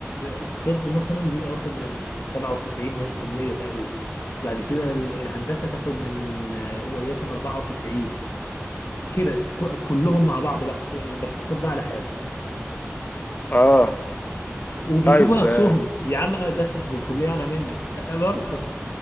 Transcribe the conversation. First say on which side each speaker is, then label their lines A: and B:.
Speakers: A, on the left; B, on the left.
A: الطب مثلا بيبقى واخد من 97% تقريبا بعد كده ال- الهندسة تاخد من آه، وليكن 94 كده ك- كلهم مع بعض بقى بت- بس الطب على حاجة
B: آه.
A: وبيشوفوا
B: طيب
A: نفسهم
B: آه.
A: يا عم انا داخل الكلية اعلى منك <laughs> أه، برضه